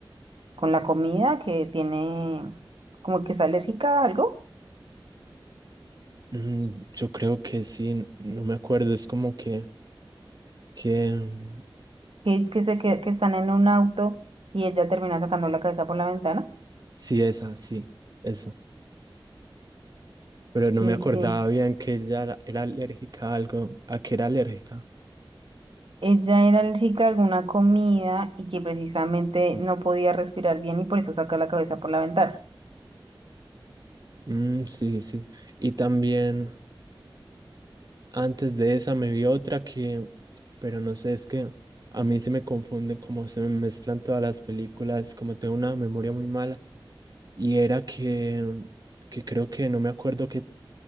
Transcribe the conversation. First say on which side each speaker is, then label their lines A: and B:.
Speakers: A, on the right; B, on the right.
A: con la comida, que tiene, como que es alérgica a algo,
B: Mm, yo creo que sí, no me acuerdo, es como que, que mm,
A: que, que se, que que están en un auto y ella termina sacando la cabeza por la ventana.
B: sí, esa, sí, eso. Pero no
A: Sí,
B: me acordaba
A: sí.
B: bien que ella era, era alérgica a algo, a que era alérgica.
A: Ella era alérgica a alguna comida y que precisamente no podía respirar bien y por eso saca la cabeza por la ventana.
B: Mm, sí, sí. Y también antes de esa me vi otra que, pero no sé, es que a mí se me confunden como se me mezclan todas las películas, como tengo una memoria muy mala. Y era que, que creo que no me acuerdo qué